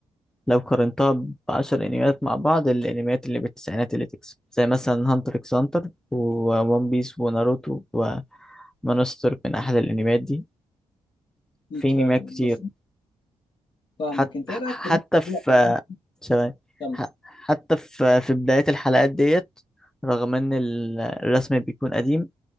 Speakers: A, in the centre; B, on the left (about 45°).
A: لو قارنتها بعشر انميات مع بعض الانميات اللي بالتسعينات اللي تكسب زي مثلا هانتر اكس هانتر وون بيس وناروتو ومانستر من احلى الانميات دي
B: اكيد
A: في
B: فعلا
A: انميات كتير
B: بس فاهمك
A: حت...
B: انت ايه رايك
A: حتى
B: في الناس اللي
A: في
B: بتقول على العالم
A: ثواني
B: الشامل؟
A: ح- حتى في في بداية الحلقات ديت رغم ان ال- الرسم بيكون قديم